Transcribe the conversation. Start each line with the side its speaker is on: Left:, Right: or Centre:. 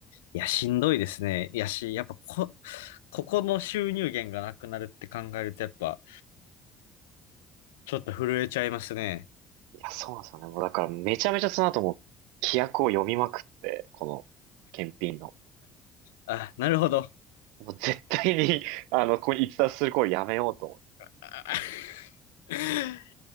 Left: いやしんどいですね。いやし、やっぱこ、ここの収入源がなくなるって考えると、やっぱ、ちょっと震えちゃいますね。
Right: いや、そうなんですよね。もうだからめちゃめちゃその後も規約を読みまくって、この検品の。
Left: あ、なるほど。
Right: もう絶対に <laughs> あの、ここに逸脱する行為やめようと思って。
Left: あ <laughs>